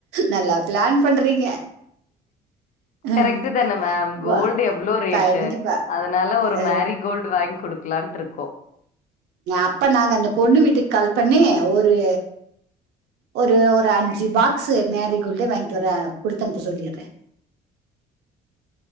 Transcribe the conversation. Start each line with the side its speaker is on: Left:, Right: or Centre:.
Right: நல்லா பிளான் பண்றீங்க ம்,
Left: கரெக்ட்டு தானே மேம்
Right: வா,
Left: கோல்டு எவ்ளோ ரேட்டு்
Right: கண்டிப்பா
Left: அதனால ஒரு
Right: ஆ,
Left: மேரி கோல்டு வாங்கிக் கொடுக்கலான்ட்ருக்கோ
Right: அப்ப நாங்க அந்த பொண்ணு வீட்டுக்கு கால் பண்ணி ஒரு ஒரு ஒரு அஞ்சு பாக்ஸு மேரி கோல்டே வாங்கிட்டு வர குடுத்தனுப்ப சொல்லிட்றே